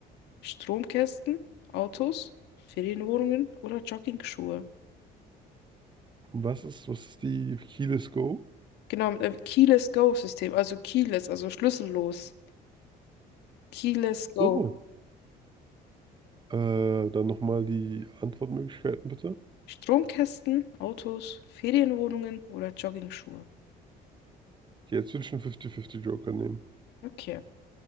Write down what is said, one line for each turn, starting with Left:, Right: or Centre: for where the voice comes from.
Left: Stromkästen, Autos, Ferienwohnungen oder Joggingschuhe.
Right: was ist, was ist die Keyless Go?
Left: Genau, mit einem Keyless Go-System, also keyless, also schlüssellos. Keyless Go.
Right: Oh, äh, dann nochmal die Antwortmöglichkeiten bitte.
Left: Stromkästen, Autos, Ferienwohnungen oder Joggingschuhe.
Right: Okay, Jetzt würde ich einen 50-50 Joker nehmen.
Left: Okay,